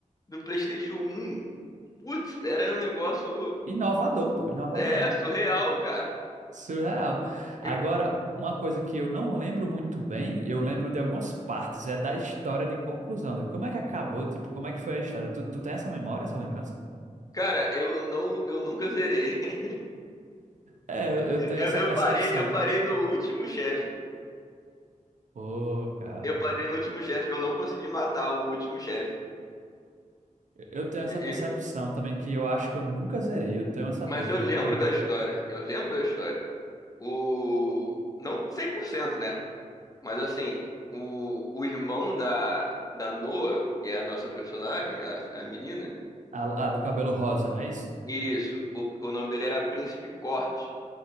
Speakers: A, on the left; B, on the right.
A: do PlayStation um Putz, era um negócio
B: inovador, pô, inovador,
A: é surreal, cara.
B: surreal. Agora,
A: E,
B: uma coisa que eu não lembro muito bem, eu lembro de algumas partes, é da história de conclusão, de como é que acabou, tipo, como é que foi a história? Tu, tu tem essa memória, essa lembrança?
A: cara, eu não, eu nunca zerei. <laughs>
B: É, eu, eu tenho
A: Eu,
B: essa
A: eu
B: percepção.
A: parei, eu parei no último chefe.
B: Pô, cara.
A: Eu parei no último chefe. Eu não consegui matar o último chefe.
B: Eu tenho essa
A: E-
B: percepção
A: e-
B: também, que eu acho que eu nunca zerei. Eu tenho essa dúvida
A: mas eu lembro
B: até hoje.
A: da história. Eu lembro da história. O não cem por cento né? Mas assim, o, o irmão da, da Noa, que é a nossa personagem, a, a menina,
B: A, a do cabelo rosa, não é isso?
A: isso, o, o nome dele era Príncipe Corte.